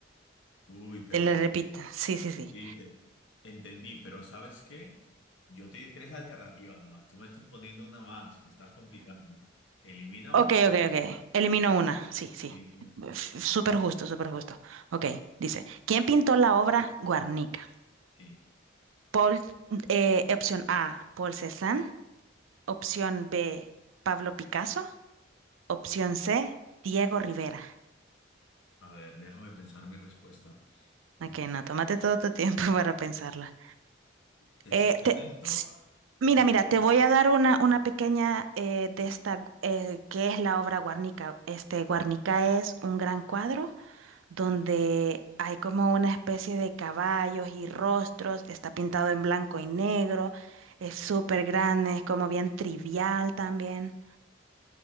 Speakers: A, on the left; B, on the right.
A: Uy, pero
B: Te la repito. Sí, sí, sí.
A: sí, te- entendí, pero ¿sabes qué? Yo te di tres alternativas nomás. Tú me estás poniendo una más, me estás complicando. Elimina
B: Ok,
A: una.
B: ok, ok. Elimino una. Sí, sí.
A: Sí, sí,
B: F- Súper justo, súper justo. Ok, dice, ¿quién pintó la obra Guernica?
A: sí.
B: Paul, eh, opción A, Paul Cézanne. Opción B, Pablo Picasso. Opción C, Diego Rivera.
A: A ver, déjame pensar mi respuesta.
B: Ok,
A: Mm,
B: no, tómate todo tu tiempo <laughs> para pensarla.
A: Te
B: Eh,
A: soy
B: te-
A: honesto,
B: s- mira,
A: conozco.
B: mira, te voy a dar una, una pequeña eh, de esta, gu- eh, que es la obra Guarnica. Este, Guarnica es un gran cuadro donde hay como una especie de caballos y rostros, está pintado en blanco y negro, es súper grande, es como bien trivial también.